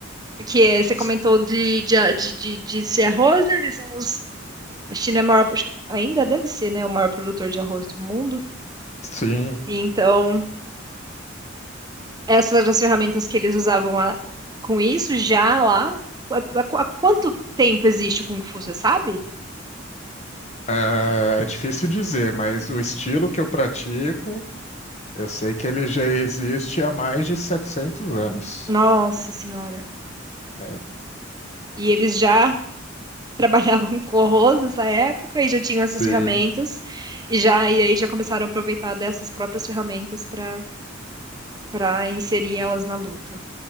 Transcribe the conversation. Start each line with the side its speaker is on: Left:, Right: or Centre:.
Right: Porque eh, você comentou
Left: s-
Right: de, de, de, de, de ser arroz, né? Eles são os. A China é o maior, acho que ainda deve ser, né? O maior produtor de arroz do mundo.
Left: sim.
Right: Então, essas eram as ferramentas que eles usavam lá, com isso já lá. Há, há- há quanto tempo existe o Kung Fu, você sabe?
Left: Ah, é difícil dizer, mas o estilo que eu pratico, eu sei que ele já existe há mais de 700 anos.
Right: Nossa Senhora.
Left: É,
Right: E eles já trabalhava com co nessa época e já tinham
Left: sim.
Right: essas ferramentas e já e aí já começaram a aproveitar dessas próprias ferramentas para para inserir elas na luta.